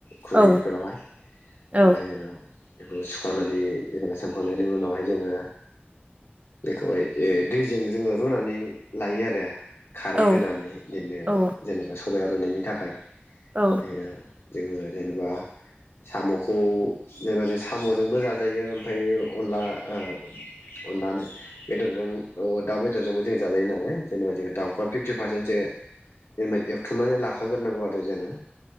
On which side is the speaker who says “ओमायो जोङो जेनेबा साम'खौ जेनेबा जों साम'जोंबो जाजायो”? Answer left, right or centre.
Left